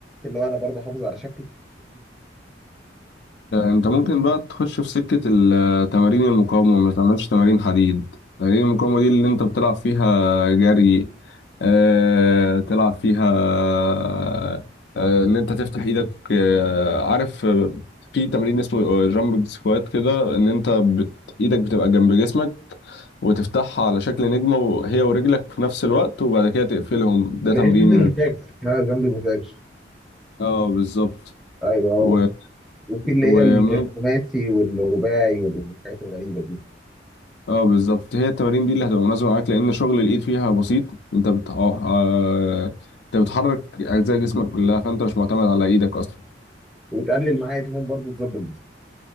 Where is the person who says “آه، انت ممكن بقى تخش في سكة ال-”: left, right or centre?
Left